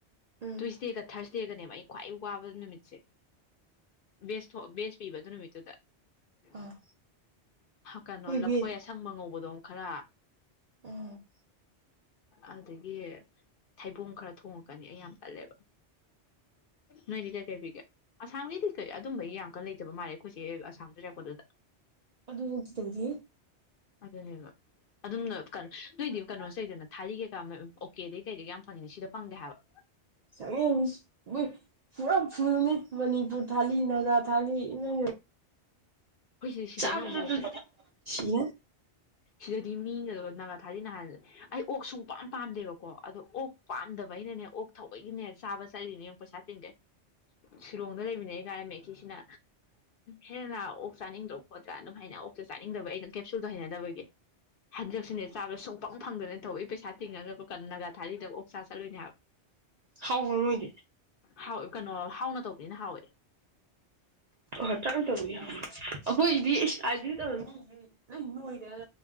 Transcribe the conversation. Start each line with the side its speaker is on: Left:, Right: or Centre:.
Right: ꯎꯝ
Left: ꯇ꯭ꯋꯨꯢꯁꯗꯦꯒ ꯊꯔꯁ ꯗꯦꯒꯅꯦꯕ ꯑꯩ ꯈ꯭ꯋꯥꯏ ꯋꯥꯕ ꯅꯨꯃꯤꯠꯁꯦ ꯕꯦꯁ ꯕꯦꯁ ꯄꯤꯌꯦꯕ ꯑꯗꯨ ꯅꯨꯃꯤꯠꯇꯨꯗ <unintelligible>
Right: ꯑꯥ
Left: ꯀꯩꯅꯣ
Right: ꯑꯩꯈꯣꯏꯒꯤ
Left: ꯂꯐꯣꯏ ꯑꯁꯪꯕ ꯉꯧꯕꯗꯣ ꯈꯔ
Right: ꯎꯝ
Left: ꯑꯗꯨꯗꯒꯤ ꯊꯩꯕꯣꯡ ꯈꯔ ꯊꯣꯡꯉꯛꯀꯅꯤ ꯑꯩ ꯌꯥꯝ ꯇꯜꯂꯦꯕ ꯅꯣꯏꯗꯤ ꯀꯩ ꯀꯩ ꯄꯤꯒꯦ ꯑꯁꯥꯝꯒꯤꯗꯤ ꯀꯩ ꯑꯗꯨꯝꯕꯒꯤ ꯌꯥꯝ ꯀꯟ ꯂꯩꯇꯕ ꯃꯥꯜꯂꯦ ꯑꯁꯝꯔꯀꯣ ꯑꯗꯨ
Right: ꯑꯗꯨꯗ ꯍꯣꯇꯗꯗꯤꯌꯦꯦ
Left: ꯑꯗꯨꯗꯅꯦꯕ ꯑꯗꯨꯝ ꯀꯣ ꯑꯗꯨꯏꯗꯤ ꯀꯩꯅꯣꯁꯩꯗꯅ ꯊꯥꯔꯤ ꯀꯩꯀꯥ ꯑꯣꯀꯦꯗꯩ ꯀꯩꯗꯩ ꯌꯥꯝ ꯐꯪꯉꯤꯅꯦ ꯁꯤꯗ ꯐꯪꯗꯦ ꯍꯥꯏꯕ
Right: ꯁꯉ ꯄꯨꯔꯥ ꯐꯅꯤ ꯃꯅꯤꯄꯨꯔ ꯊꯥ ꯅꯥꯒꯥ ꯊꯥ ꯏꯃ
Left: ꯑꯩꯈꯣꯏꯁꯤ ꯁꯤꯗꯅ
Right: ꯆꯥꯕ
Left: ꯑꯃꯨꯛ
Right: ꯁꯤ
Left: ꯁꯤꯗꯗꯤ ꯃꯤꯅꯗꯣ ꯅꯥꯒꯥ ꯊꯥꯂꯤ ꯅꯍꯥꯟ ꯑꯩ ꯑꯣꯛ ꯁꯨꯡ ꯄꯥꯝ ꯄꯥꯝꯗꯦꯕꯀꯣ ꯑꯗꯣ ꯑꯣꯛ ꯄꯥꯝꯗꯕ ꯑꯩꯅꯅꯦ ꯑꯣꯛ ꯊꯧꯕꯒꯤꯅꯦ ꯆꯥꯕ ꯆꯠꯂꯤꯅꯦ ꯌꯦꯡꯉ ꯄꯩꯁꯥ ꯇꯤꯡꯗꯦ ꯁꯤꯂꯣꯡꯗ ꯂꯩꯃꯤꯟꯅꯩ ꯀꯥꯏꯔꯝꯃꯦ ꯁꯤꯁꯤꯅ ꯍꯦꯟꯅ ꯑꯣꯛ ꯆꯥꯅꯤꯡꯗ꯭ꯔꯣ ꯈꯣꯠꯇ꯭ꯔꯥ ꯑꯗꯨꯝ ꯍꯥꯏꯅ ꯑꯣꯛꯇ ꯆꯥꯅꯤꯡꯗꯕ ꯑꯩꯅ ꯀꯦꯞꯁꯨꯜꯗꯣ ꯍꯩꯅꯗꯕꯒꯤ ꯍꯟꯗꯛꯁꯤꯅ ꯆꯥꯕꯗ ꯁꯨꯡꯄꯪ ꯐꯪꯗꯅ ꯇꯧꯋꯤ ꯄꯩꯁꯥ ꯇꯤꯡꯉꯒ ꯅꯥꯒꯥ ꯊꯥꯔꯤꯗ ꯑꯣꯛ ꯆꯥ ꯆꯠꯂꯨꯅꯦ ꯍꯥꯏꯕ
Right: ꯍꯥꯎꯕ ꯃꯣꯏꯗꯤ
Left: ꯍꯥꯎ ꯀꯩꯅꯣ ꯍꯥꯎꯅ ꯇꯧꯕꯅꯤꯅ ꯍꯥꯎꯋꯦ
Right: ꯍꯇꯥ ꯇꯧꯧꯕ ꯌꯥꯝ ꯑꯈꯣꯏꯗꯤ ꯑꯕꯨ ꯇꯧꯅ ꯅ ꯅꯣꯏꯗ